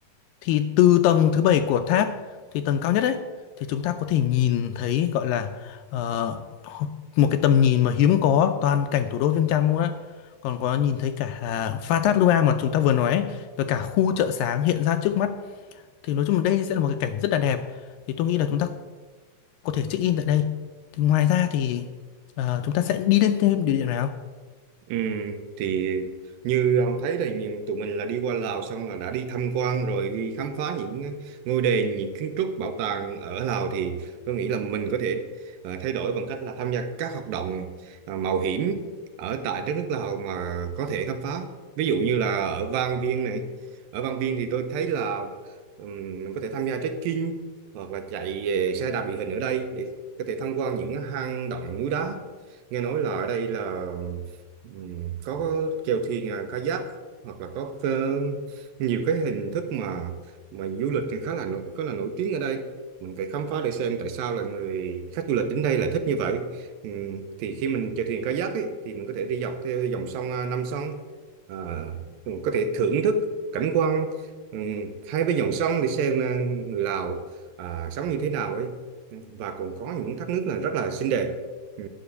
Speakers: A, on the left; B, on the right.
A: thì từ tầng thứ bảy của tháp thì tầng cao nhất ấy thì chúng ta có thể nhìn thấy gọi là ờ, một cái tầm nhìn mà hiếm có toàn cảnh thủ đô Viêng Chăn luôn á còn có nhìn thấy cả à, pha thác Lua mà chúng ta vừa nói ấy, và cả khu chợ sáng hiện ra trước mắt thì nói chung là đây sẽ là một cái cảnh rất là đẹp thì tôi nghĩ là chúng ta có thể check in tại đây thì ngoài ra thì ờ, chúng ta sẽ đi lên thêm địa điểm nào
B: Ừ, thì như ông thấy đây nhìn tụi mình là đi qua Lào xong là đã đi tham quan rồi đi khám phá những ngôi đền những kiến trúc bảo tàng ở Lào thì tôi nghĩ là mình có thể ờ, thay đổi bằng cách là tham gia các hoạt động ờ, mạo hiểm ở tại đất nước Lào mà có thể khám phá ví dụ như là ở Vang Vieng này ở Vang Vieng thì tôi thấy là ừm, mình có thể tham gia trekking hoặc là chạy về xe đạp địa hình ở đây để có thể tham quan những hang động núi đá nghe nói là ở đây là Ừ, có, có chèo thuyền à, kayak hoặc là có ờ, nhiều cái hình thức mà mà du lịch thì khá là nổi- khá là nổi tiếng ở đây mình phải khám phá để xem tại sao là người khách du lịch đến đây lại thích như vậy ừ, thì khi mình chèo thuyền kayak ấy, thì mình có thể đi dọc theo dòng sông à, Nam sông à, mình có thể thưởng thức cảnh quan ừ, hai bên dòng sông để xem à, người Lào à, sống như thế nào ấy Ừ, và còn có những thác nước là rất là xinh đẹp Ừ.